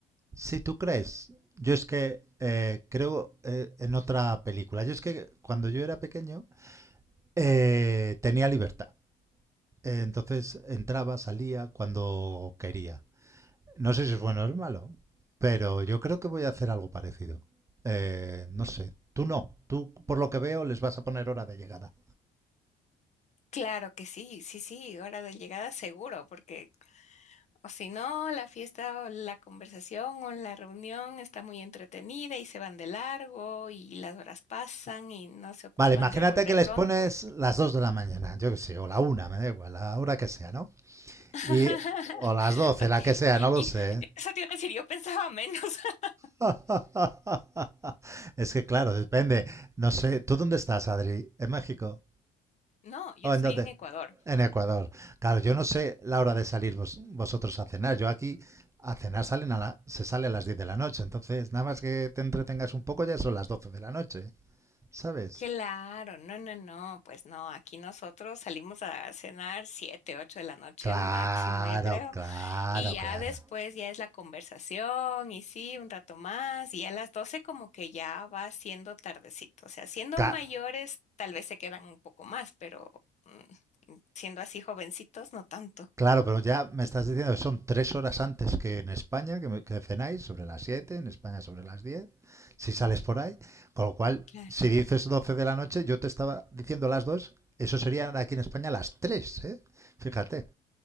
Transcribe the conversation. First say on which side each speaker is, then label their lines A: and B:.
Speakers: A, on the right (about 15°); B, on the left (about 45°).
A: Si tú crees, yo es que eh, creo eh, en otra película. Yo es que cuando yo era pequeño eh, tenía libertad. Eh, Entonces entraba, salía cuando quería. No sé si es bueno o es malo, pero yo creo que voy a hacer algo parecido. Eh, no sé, tú no, tú por lo que veo les vas a poner hora de llegada.
B: Claro que sí, sí, sí, hora de llegada seguro, porque O si no, la fiesta o la conversación o la reunión está muy entretenida y se van de largo y las horas pasan y no se ocupan
A: Vale, imagínate
B: de volver
A: que les
B: pronto.
A: pones las 2 de la mañana, yo qué sé, o la una, me da igual, la hora que sea, ¿no?
B: <laughs>
A: Y, o las doce,
B: Ok,
A: la que sea, no lo
B: Y
A: sé.
B: eso te iba a decir, yo pensaba menos. <laughs>
A: <laughs> Es que claro, depende. No sé, ¿tú dónde estás, Adri? ¿En México?
B: No, yo
A: ¿O
B: estoy
A: en dónde?
B: en Ecuador.
A: En Ecuador. Claro, yo no sé la hora de salir vos- vosotros a cenar. Yo aquí a cenar salen a la, se sale a las 10 de la noche. Entonces, nada más que te entretengas un poco, ya son las doce de la noche. ¿Sabes?
B: Claro, no, no, no, pues no, aquí nosotros salimos a cenar siete, ocho de la noche
A: Claro,
B: máximo, yo creo.
A: claro,
B: Y ya
A: claro.
B: después ya es la conversación y sí, un rato más y a las 12 como que ya va siendo tardecito. O sea, siendo
A: Claro.
B: mayores tal vez se quedan un poco más, pero mm, siendo así jovencitos no tanto.
A: Claro, pero ya me estás diciendo que son tres horas antes que en España, que, me- que cenáis, sobre las 7. en España sobre las 10. si sales por ahí. Con lo cual,
B: Claro,
A: si dices 12 de la noche, yo te estaba diciendo las 2. eso serían aquí en España las tres. ¿eh? Fíjate.